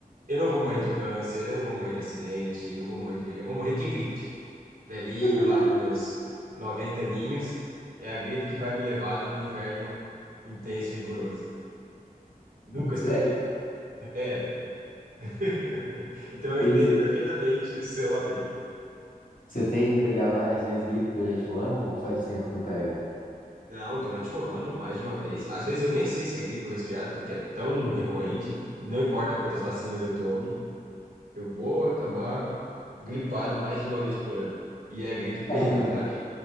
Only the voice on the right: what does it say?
eu não vou morrer de câncer, eu não vou morrer de acidente, eu não vou morrer de. ve- Eu vou morrer de gripe. Velhinho,
lá para meus 90 aninhos, é a gripe que vai me levar num inverno intenso e rigoroso. Nunca escapei.
É. <laughs> Então eu
entendo
perfeitamente o seu lamento.
Não, durante o ano, mais de uma vez. Às vezes eu nem sei se é gripe ou resfriado, porque é tão recorrente, e não importa quantas vacinas eu tome, eu vou acabar gripado mais de uma vez por ano. E é a gripe
mesmo, aquela que